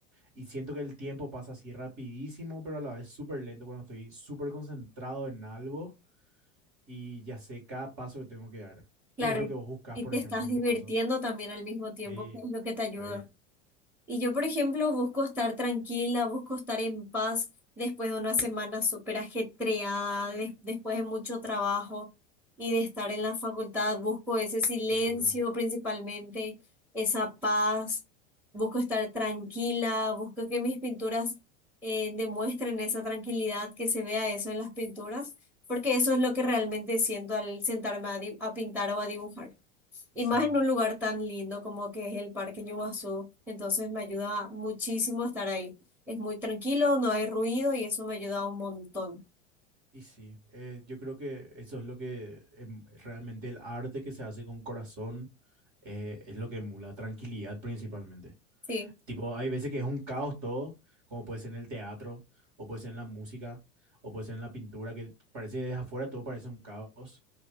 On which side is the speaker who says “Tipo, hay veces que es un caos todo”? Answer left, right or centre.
Right